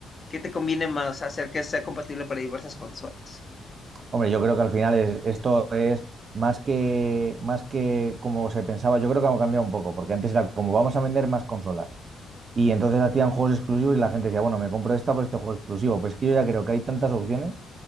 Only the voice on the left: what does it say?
¿qué te conviene más? Hacer que sea compatible para diversas consolas.